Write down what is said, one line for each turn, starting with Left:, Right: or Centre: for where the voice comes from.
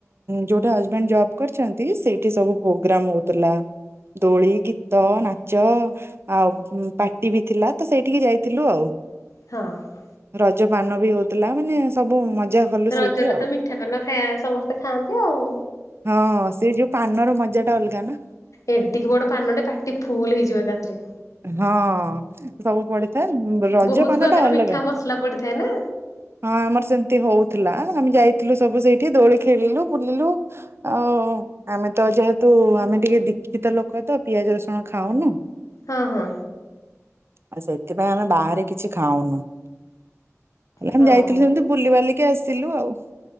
Right: ଯୋଉଠି ହଜବେଣ୍ଡ ଜବ କରିଛନ୍ତି ସେଇଠି ସବୁ ପୋଗ୍ରାମ ହଉଥିଲା ଦୋଳି ଗୀତ ନାଚ ଆଉ ପାଟି ବି ଥିଲା ତ ସେଇଠିକି ଯାଇଥିଲୁ ଆଉ।
Left: ହଁ।
Right: ରଜ ପାନ ବି ହଉଥିଲା ମାନେ ସବୁ ମଜା କଲୁ
Left: ରଜରେ
Right: ସେଇଠି ଆଉ
Left: ତ ମିଠା ପାନ ଖାଇ ସମସ୍ତେ ଖାଆନ୍ତି ଆଉ।
Right: ହଁ ସେ ଯୋଉ ପାନର ମଜାଟା ଅଲଗା ନା।
Left: ଏଟିକି ବଡ ପାନଟେ ପାଟି ଫୁଲ ହେଇଯିବ ଏକାଥରେ।
Right: ହଁ ସବୁ ପଡିଥାଏ ରଜ
Left: ବହୁତ
Right: ପାନ
Left: ପ୍ରକାର
Right: ଟା ଅଲଗା।
Left: ମିଠା ମସଲା ପଡିଥାଏ ନା।
Right: ହଁ ଆମର ସେମତି ହଉଥିଲା ଆମେ ଯାଇଥିଲୁ ସବୁ ସେଇଠି ଦୋଳି ଖେଳିଲୁ ବୁଲିଲୁ। ଆଉ ଆମେ ତ ଯେହେତୁ ଆମେ ଟିକେ ଦୀକ୍ଷିତ ଲୋକ ତ ପିଆଜ ରସୁଣ ଖାଉନୁ।
Left: ହଁ ହଁ
Right: ଆ ସେଥିପାଇଁ ଆମେ ବାହାରେ କିଛି ଖାଉନୁ ହେଲେ
Left: ହଁ ହଁ
Right: ଆମେ ଯାଇଥିଲୁ ସେମିତି ବୁଲିବାଲିକି ବୁଲିକି ଆସିିଲୁ ଆଉ।